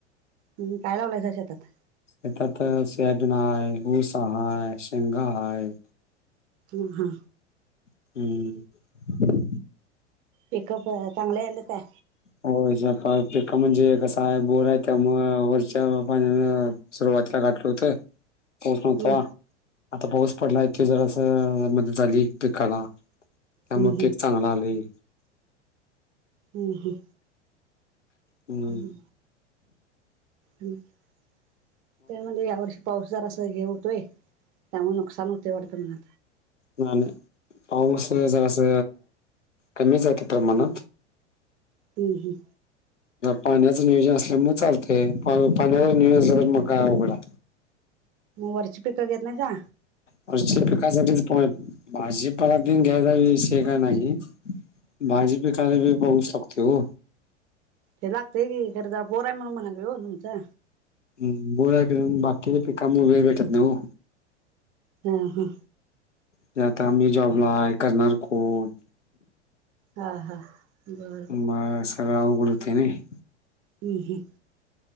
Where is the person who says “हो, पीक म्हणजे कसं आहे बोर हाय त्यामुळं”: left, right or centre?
Left